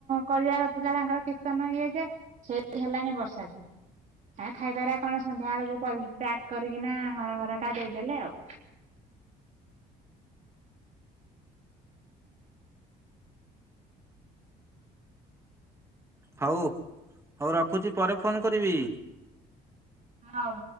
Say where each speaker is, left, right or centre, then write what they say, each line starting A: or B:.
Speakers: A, on the right (about 45°); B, on the right (about 15°).
A: କରିବାର ଥିଲା ତାଙ୍କର କୀର୍ତ୍ତନ ଇଏ ଯେ ସେବି ହେଲାଣିି ବର୍ଷା ଯୋଗୁଁ। ଆ ଖାଇବାର କଣ ସନ୍ଧ୍ୟା ଏଳକୁ ପ୍ୟାକ୍ କରିକିନା ହର ଘରକା ଦେଇଦେଲେ ଆଉ।
B: ହଉ ହଉ ରଖୁଛି ପରେ ଫୋନ କରିବି।
A: ହଉ।